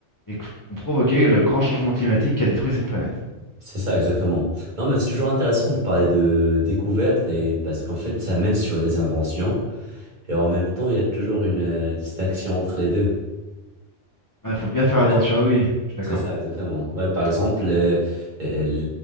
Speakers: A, on the left; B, on the right.
A: et qui ont provoqué le grand changement climatique qui a détruit cette planète.
B: C'est ça, exactement. Non, mais c'est toujours intéressant de parler de découvertes et parce qu'en fait, ça mène sur des inventions et en même temps, il y a toujours une euh, distinction entre les deux.
A: Il faut bien faire
B: Peut-être.
A: attention, ah oui, je suis d'accord.
B: C'est ça, exactement. Ouais, par exemple, euh, euh,